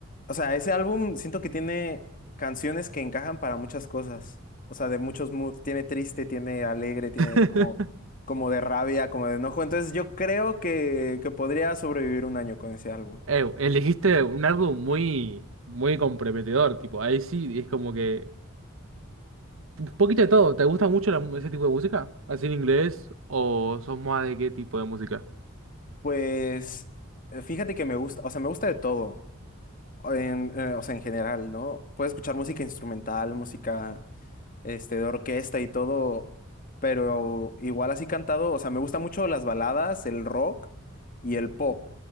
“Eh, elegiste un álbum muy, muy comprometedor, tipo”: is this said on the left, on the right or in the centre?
Right